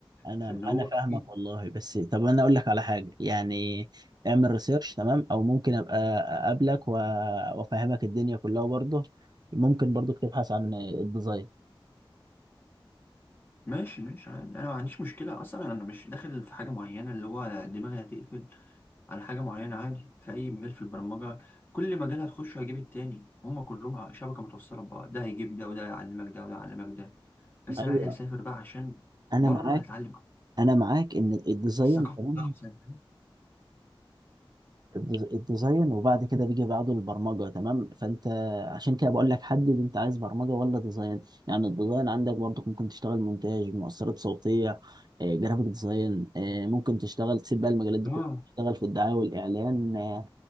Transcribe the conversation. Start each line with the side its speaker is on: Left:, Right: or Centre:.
Right: انا
Left: فاللي هو
Right: انا فاهمك
Left: اكيد
Right: والله بس طب انا اقول لك على حاجه يعني اعمل ريسيرش تمام او ممكن ابقى اقابلك و- وافهمك الدنيا كلها برضه ممكن برضه تبحث عن الديزاين
Left: ماشي ماشي عادي انا ما عنديش مشكله اصلا انا مش داخل في حاجه معينه اللي هو دماغي هتقفل على حاجه معينه عادي في اي مجال في البرمجه كل مجال هتخشه هيجيب التاني هما كلهم ع- شبكه متوصله ببعض ده هيجيب ده وده يعلمك ده وده يعلمك ده بس
Right: ايوه
Left: انا عايز اسافر بقى عشان
Right: انا
Left: بره
Right: معاك
Left: هتعلم
Right: انا معاك ان الديزاين
Left: الثقافه
Right: تمام
Left: احسن
Right: الد- الديزاين وبعد كده بيجي بعده البرمجه تمام فانت عشان كده بقول لك حدد انت عايز برمجه ولا ديزاين يعني الديزاين عندك برضه ممكن تشتغل مونتاج مؤثرات صوتيه آه، جرافيك ديزاين آه، ممكن تشتغل تسيب بقى المجالات دي
Left: اه
Right: كلها تشتغل في الدعايه والاعلان آه،